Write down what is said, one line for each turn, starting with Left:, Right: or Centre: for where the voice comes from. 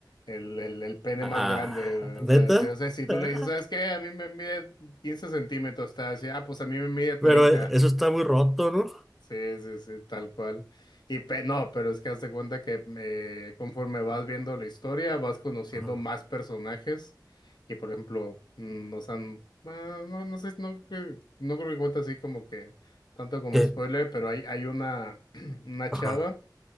Left: el, el, el pene
Centre: a,
Left: más
Centre: a-
Left: grande. O sea,
Centre: neta.
Left: si, o sea, si tú
Centre: <laughs>
Left: le dices, ¿sabes qué? A mí me mide 15 centímetros, está así, ah, pues a mí me mide treinta
Centre: Pero eso está muy roto, ¿no?
Left: Sí, sí, sí, tal cual. Y pe- no, pero es que haz de cuenta que eh, conforme vas viendo la historia, vas conociendo
Centre: Ajá.
Left: más personajes. Y por ejemplo, mm, o sea, bueno, no, no sé, no, creo- no creo que cuente así como que tanto como
Centre: ¿Qué?
Left: spoiler, pero hay, hay una, <clears throat> una chava
Centre: Ajá.